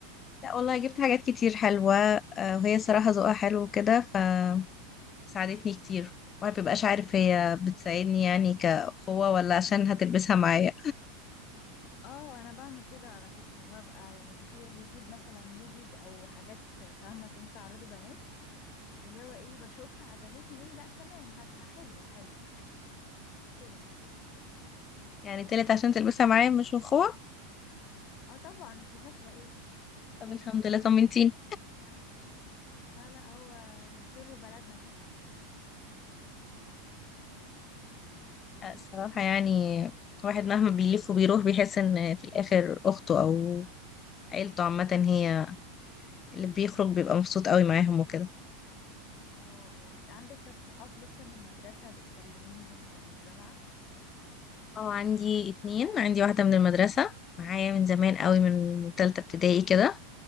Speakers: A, on the left; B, on the left.
A: لا والله جبت حاجات كتير حلوه آه، وهي صراحه ذوقها حلو وكده فساعدتني كتير وما بيبقاش عارف هي بتساعدني يعني كأخوة ولا عشان هتلبسها معايا
B: اه انا بعمل كده على فكرة ببقى يعني اخويا بيجيب مثلا هوديز او حاجات فاهمة تنفع عراض بنات اللي هو ايه بشوفها عجبتني يقولوا لا تمام هاتها حلوة حلوة كده يعني
A: يعني طلعت عشان تلبسها معايا مش أخوة
B: اه طبعا انت فاكرة ايه
A: طب الحمد لله طمنتيني
B: اه، لا لا هو سولو بلدنا كده
A: آه، الصراحة يعني الواحد مهما بيلف وبيروح بيحس إن في الآخر أخته أو عيلته عامة هي اللي بيخرج بيبقى مبسوط قوي معاهم وكده
B: اه اه عندك طب صحاب لسه من المدرسة بتكلميهم او من الجامعة
A: اه عندي اتنين عندي واحدة من المدرسة معايا من زمان قوي من تالتة ابتدائي كده